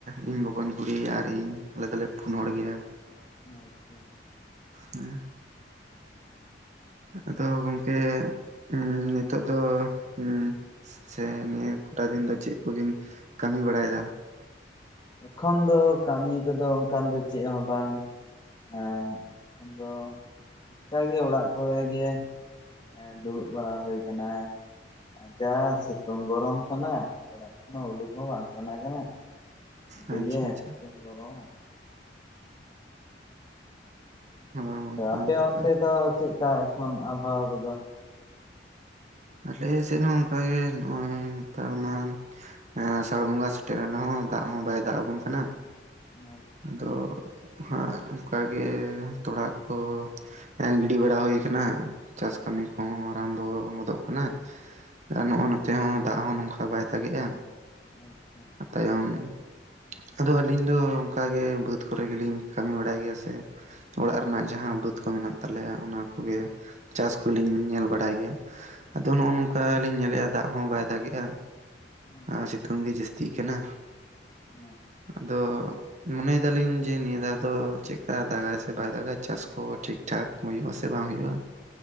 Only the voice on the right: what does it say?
ᱤᱧ ᱵᱚᱠᱚᱧ ᱠᱩᱲᱤ ᱟᱨ ᱤᱧ ᱟᱞᱮ ᱫᱚᱞᱮ ᱯᱩᱱ ᱦᱚᱲ ᱜᱮᱭᱟ᱾
ᱦᱮᱸ ᱟᱫᱚ ᱜᱚᱝᱠᱮ ᱚᱸ ᱱᱤᱛᱚᱜ ᱫᱚ ᱚᱸ ᱥᱮ ᱱᱤᱭᱟᱹ ᱠᱚᱴᱟ ᱫᱤᱱ ᱫᱚ ᱪᱮᱫ ᱠᱚᱵᱤᱱ ᱠᱟᱹᱢᱤ ᱵᱟᱲᱟᱭᱮᱫᱟ?
ᱟᱪᱪᱷᱟ ᱟᱪᱪᱷᱟ
ᱦᱚᱸ ᱚᱱᱠᱟᱱ
ᱠᱟᱛᱷᱟ
ᱟᱞᱮ ᱥᱮᱫ ᱦᱚᱸ ᱚᱝᱠᱟᱜᱮ ᱱᱚᱜᱼᱚᱭ ᱱᱮᱛᱟᱨ ᱢᱟ ᱮᱸ ᱟᱥᱟᱲ ᱵᱚᱸᱜᱟ ᱥᱮᱴᱮᱨᱮᱱ ᱨᱮᱦᱚᱸ ᱫᱟᱜ ᱦᱚᱸ ᱵᱟᱭ ᱫᱟᱜ ᱟᱵᱚᱱ ᱠᱟᱱᱟ
ᱟᱫᱚ
ᱦᱟᱸᱜ ᱚᱝᱠᱟᱜᱮ ᱛᱚᱲᱟ ᱠᱚ ᱮᱸ ᱜᱤᱰᱤ ᱵᱟᱲᱟ ᱦᱩᱭ ᱠᱟᱱᱟ ᱪᱟᱥ ᱠᱟᱹᱢᱤ
ᱠᱚᱦᱚᱸ ᱟᱨᱟᱢᱵᱚ ᱦᱚᱫᱚᱜ ᱠᱟᱱᱟ ᱟᱨ
ᱱᱚᱜᱼᱚᱭ ᱱᱚᱛᱮ ᱦᱚᱸ ᱫᱟᱜ ᱦᱚᱸ ᱱᱝᱠᱟ ᱵᱟᱭ ᱫᱟᱜᱮᱜᱼᱟ
ᱛᱟᱭᱚᱢ ᱟᱫᱚ ᱟᱹᱞᱤᱧ ᱫᱚ ᱚᱝᱠᱟᱜᱮ ᱵᱟᱹᱫᱽ ᱠᱚᱨᱮ ᱜᱮᱞᱤᱧ ᱠᱟᱹᱢᱤ ᱵᱟᱲᱟᱭ ᱜᱮᱭᱟ ᱥᱮ ᱚᱲᱟᱜ
ᱨᱮᱱᱟᱜ ᱡᱟᱦᱟᱸ ᱵᱟᱹᱫᱽ ᱠᱚ ᱢᱮᱱᱟᱜ ᱛᱟᱞᱮᱭᱟ ᱚᱱᱟ ᱠᱚᱜᱮ ᱪᱟᱥ ᱠᱚᱞᱤᱧ ᱧᱮᱞ ᱵᱟᱲᱟᱭ ᱜᱮᱭᱟ ᱟᱫᱚ ᱱᱚᱜᱼᱚ ᱱᱚᱝᱠᱟ ᱞᱤᱧ ᱧᱮᱞᱮᱜᱼᱟ ᱫᱟᱜ ᱦᱚᱸ ᱵᱟᱭ ᱫᱟᱜᱮᱼᱟ
ᱟᱨ ᱥᱤᱛᱩᱝ ᱜᱟ ᱡᱟᱹᱥᱛᱤᱜ ᱠᱟᱱᱟ
ᱟᱫᱚ ᱢᱚᱱᱮᱭ ᱫᱟᱞᱤᱧ ᱡᱮ ᱱᱤᱭᱟᱹ ᱫᱷᱟᱣ ᱫᱚ ᱪᱮᱫᱠᱟ ᱫᱟᱜᱟᱭ ᱥᱮ ᱵᱟᱭ ᱫᱟᱜᱟ ᱪᱟᱥ ᱠᱚ ᱴᱷᱤᱠ ᱴᱷᱟᱠ ᱦᱩᱭᱩᱜᱼᱟ ᱥᱮ ᱵᱟᱝ ᱦᱩᱭᱩᱜᱼᱟ